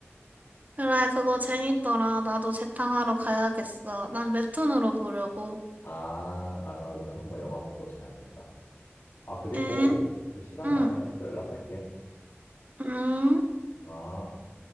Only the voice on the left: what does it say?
아, 나나 오늘 한번 영화 보고 자야겠다. 아, 그리고
그 시간
나면은 또 연락할게.
아.